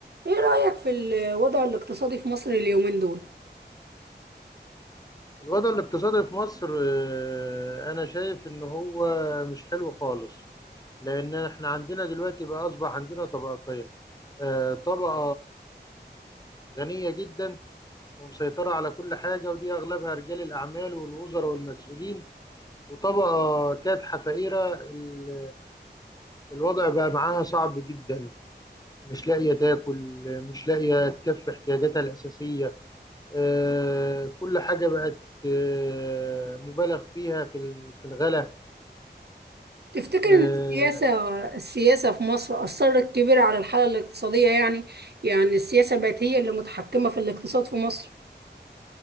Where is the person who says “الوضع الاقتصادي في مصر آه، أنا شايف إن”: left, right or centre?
Left